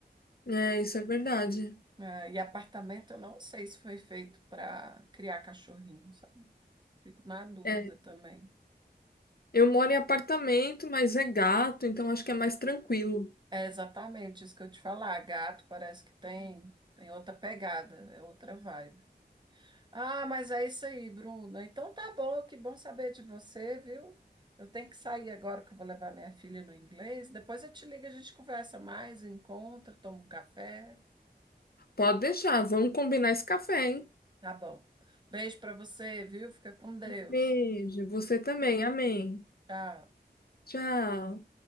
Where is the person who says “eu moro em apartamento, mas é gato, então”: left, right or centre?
Left